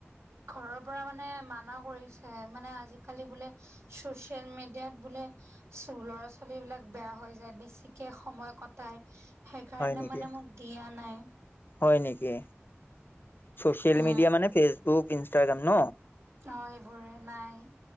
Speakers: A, on the right (about 85°); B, on the left (about 50°).
A: ঘৰৰ পৰা মানে মানা কৰিছে। মানে আজি-কালি বোলে ছচিয়েল মিডিয়াত বোলে ল'ৰা-ছোৱালী বিলাক বেয়া হৈ যায়। বেছিকে সময় কট তাই সেইকাৰণে
B: হয় নেকি?
A: মানে মোক দিয়া নাই।
B: হয় নেকি? ছচিয়েল
A: উম
B: মিডিয়া মানে ফেচবুক, ইনষ্টাগ্ৰাম ন?
A: অ সেইবোৰে নাই।